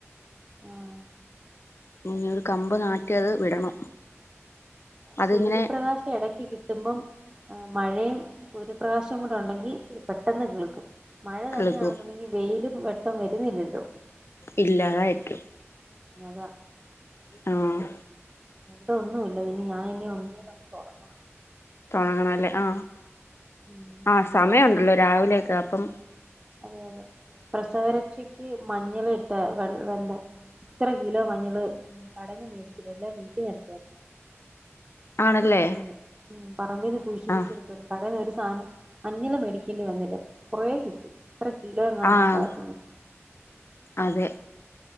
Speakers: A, on the right (about 20°); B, on the left (about 55°).
A: ആഹ്
B: പിന്നെ ഒരു കമ്പ് നാട്ടി അത് വിടണം അതിങ്ങനെ
A: സൂര്യപ്രകാശം എടക്ക് കി കിട്ടുമ്പം മഴയും സൂര്യപ്രകാശവും കൂടെ ഉണ്ടെങ്കി പെട്ടെന്ന് കിളിർക്കും മഴ
B: കിളുക്കും
A: തന്നെയാണെന്നുണ്ടെങ്കി വെയിലും വെട്ടം വരുന്നില്ലല്ലോ
B: ഇല്ലാതായിരിക്കും
A: അതാ
B: ആഹ്
A: ഇവിടെ ഒന്നും ഇല്ല ഇനി ഞാൻ ഇനി ഒന്നേന്ന് തൊട്ട് തുടങ്ങണം
B: തുടങ്ങണല്ലേ ആ
A: ഉം
B: ആ സമയുണ്ടല്ലോ രാവിലെ അതാപ്പം
A: അതെ അതെ പ്രസവര പക്ഷിയ്ക്ക് മഞ്ഞൾ ഇട്ട വെ വെള്ളം ഇത്ര കിലോ മഞ്ഞള് കടേന്ന് മേടിച്ചില്ല എല്ലാം വീട്ടിൽ വരുത്തുവായിരുന്നു
B: ആണല്ലേ
A: മഞ്ഞള് പറമ്പിന്ന് കുഴിച്ച് കുഴിച്ചെടുക്കരുത്
B: ആഹ്
A: പഴേത് സാനം അഞ്ഞള് മേടിക്കേണ്ടി വന്നില്ല കുറേ കിട്ടി ഇത്ര കിലോ എങ്ങാണ്ടുണ്ടാരുന്നു
B: ആഹ് അതെ